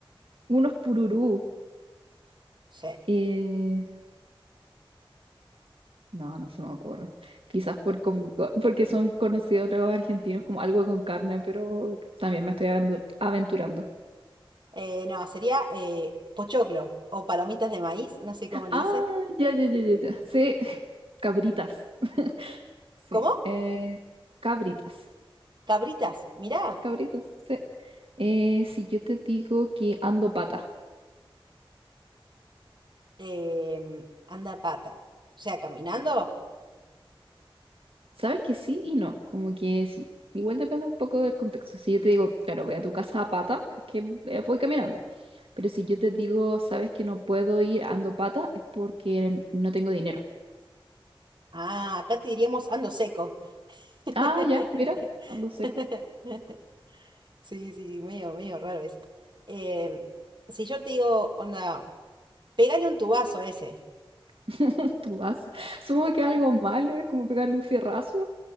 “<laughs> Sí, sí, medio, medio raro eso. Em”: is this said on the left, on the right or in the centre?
Right